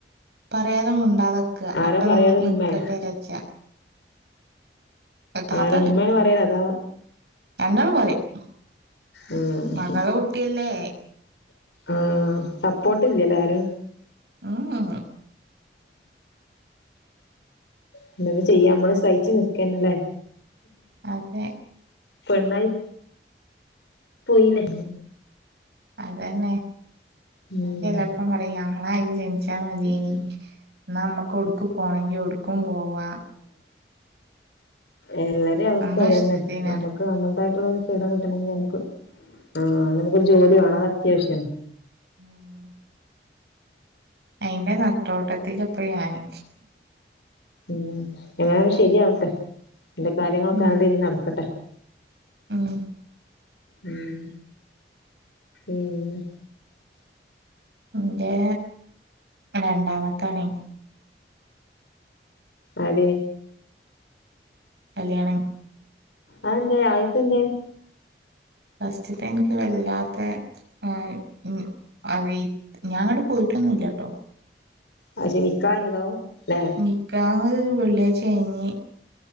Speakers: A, on the right (about 70°); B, on the left (about 80°).
A: പറയാതെ മുണ്ടാതെക്കാ.
B: ആരാ
A: അവടെ
B: പറയാറ്
A: നിക്കട്ടെ
B: ഉമ്മേ
A: വിചാരിച്ചാ <unintelligible>
B: ആരാ ഉമ്മേണ് പറയാറ് അതാ ഉം.
A: മകളെ
B: ഹും.
A: കുട്ടിയല്ലേ
B: ഉം. സപ്പോർട്ട് ഇല്ലല്ലേ ആരും?
A: ഉം. ഉം.
B: പിന്നെ എന്ത് ചെയ്യാ? നമ്മള് സഹിച്ചു നിക്കന്നേ ല്ലേ?
A: അതെ
B: പെണ്ണായി പോയില്ലേ
A: അതന്നെ. ഞാൻ
B: ഉം
A: ചിലപ്പം പറയും ആണായി ജനിച്ചാ മതിയേനി
B: ഉം
A: ന്നാ നമ്മക്ക് എവിട്ക്കും പോണങ്കിൽ ഓട്ക്കും പൂവ്വാ.
B: എല്ലാരേയും അവസ്ഥ
A: നമ്മളെ
B: അത്
A: ഇഷ്ടത്തിന്
B: തന്നെ. നമ്മുക്ക്
A: നടക്കാം
B: നമ്മളതായിട്ടുള്ളൊരു ഇടം കിട്ടണെങ്കി നമുക്ക്, ആ നമുക്ക് ഒരു ജോലി വേണം. അത് അത്യാവശ്യം ആണ്.
A: ആഹ് അയിന്റെ നെട്ടോട്ടത്തിലാപ്പ ഞാന്
B: ഉം. എങ്ങനെയെങ്കിലും ശരിയാവട്ടെ. അന്റെ കാര്യങ്ങളൊക്കെ
A: ഉം
B: നല്ല രീതിയിൽ നടക്കട്ടെ.
A: ഉം
B: ഉം ഉം
A: ന്റെ രണ്ടാമത്താണേ
B: ആര്
A: കല്യാണം
B: അതെന്തേ? ആദ്യത്തെ എന്തേ?
A: ഫസ്റ്റത്തെ എനിക്ക് വല്ലാത്തേ ആഹ് ഉം അവി ഞാൻങ്ങട് പോയിട്ടൊന്നുംല്ല ട്ടോ
B: അത് ശരി. നിക്കാഹ് കഴിഞ്ഞതാവും അല്ലേ?
A: നിക്കാഹ് വെള്ളിയാഴ്ച കഴിഞ്ഞ്.